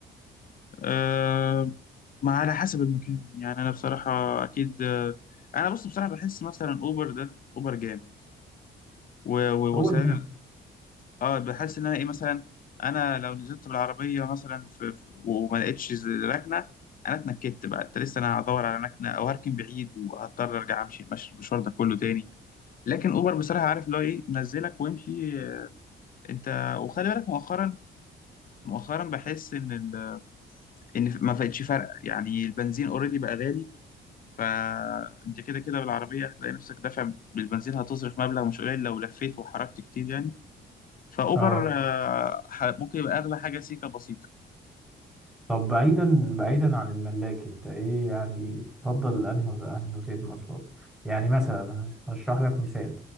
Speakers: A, on the left; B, in the centre.
A: أه ما على حسب المكان يعني انا بصراحه اكيد آه، انا بص بصراحه بحس مثلا اوبر ده اوبر جامد و- ووسائل
B: هو الجامع
A: ال- اه بحس ان انا ايه مثلا انا لو نزلت بالعربيه مثلا في في- وما لقيتش ز- ركنه انا اتنكدت بقى انت لسه انا هدور على مكنه او هركن بعيد وهضطر ارجع امشي المشي- المشوار ده كله تاني لكن اوبر بصراحه عارف اللي هو ايه نزلك وامشي آه، انت وخلي بالك مؤخرا مؤخرا بحس ان ال... ان ما بقتش فارقه يعني البنزين اوريدي بقى غالي فانت كده كده بالعربيه هتلاقي نفسك دافع بالبنزين هتصرف مبلغ مش قليل لو لفيت وحركت كتير يعني فاوبر
B: اه
A: آه، ح- ممكن يبقى اغلى حاجه سيكه بسيطه
B: طب بعيدا بعيدا عن الملاك انت ايه يعني تفضل انهي ولا انهي وسيله مواصلات يعني مثلا هشرح لك مثال